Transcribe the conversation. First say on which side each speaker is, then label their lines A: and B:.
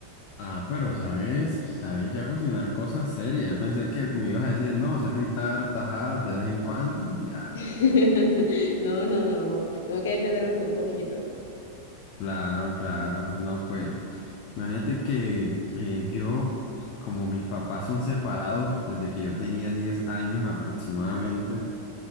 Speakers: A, on the left (about 40°); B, on the left (about 60°).
A: Ah, pero sabes, sabes ya cocinar cosas serias. Yo pensé que me ibas a decir, no, sé fritar tajadas de vez en cuando y ya.
B: <laughs> No, no, no, tengo que defenderme con un poquito.
A: Claro, claro. No, pues, imagínate que eh, yo, como mis papás son separados desde que yo tenía 10 años aproximadamente,